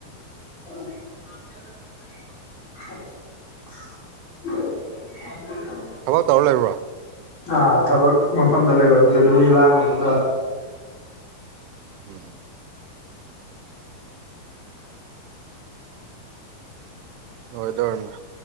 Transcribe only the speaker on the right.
ꯊꯕꯛ ꯇꯧꯔ ꯂꯩꯕ꯭ꯔꯣ
ꯎꯝ ꯂꯣꯏꯗꯧꯔꯕꯅꯤ